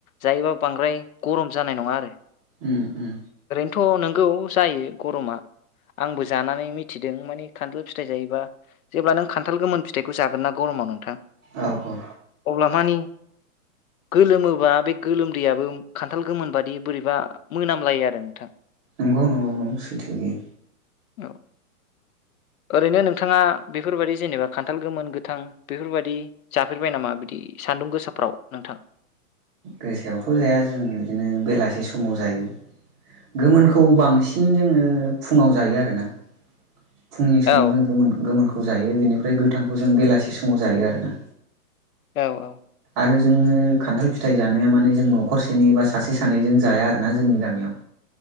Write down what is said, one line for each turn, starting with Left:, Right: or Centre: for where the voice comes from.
Left: जायोबा बांद्राय गरम जानाय नङा आरो
Right: ओम ओम
Left: थ' नंगौ जायो गरमा आंबो जानानै मिथिदों माने खान्थाल फिथाइ जायोबा जेब्ला नों खान्थाल गोमोन फिथाइखौ जागोन ना गरमाव नों
Right: औ औ
Left: अब्ला माने गोलोमोबा बे गोलोमदैयाबो खान्थाल गोमोन बादि बोरैबा मोनामलायो आरो नोंथां
Right: नंगौ नंगौ नंगौ सैथो बियो
Left: औ ओरैनो नोंथाङा बेफोरबायदि जेनेबा खान्थाल गोमोन गोथां बेफोरबायदि जाफेरबाय नामा बिदि सान्दुं गोसाफ्राव नोंथां
Right: गोसाआवथ' जाया जों बिदिनो बेलासि समाव जायो। गोमोनखौ बांसिन जोङो फुङाव जायो आरोना फुंनि समाव
Left: औ
Right: जोंमोन गोमोनखौ जायो बेनिफ्राय गोथांखौ जों बेलासि समाव जायो आरोना।
Left: औ औ
Right: आरो जोङो खान्थाल फिथाइ जानाया माने जों न'खरसेनि एबा सासे सानैजों जाया आरोना जोंनि गामियाव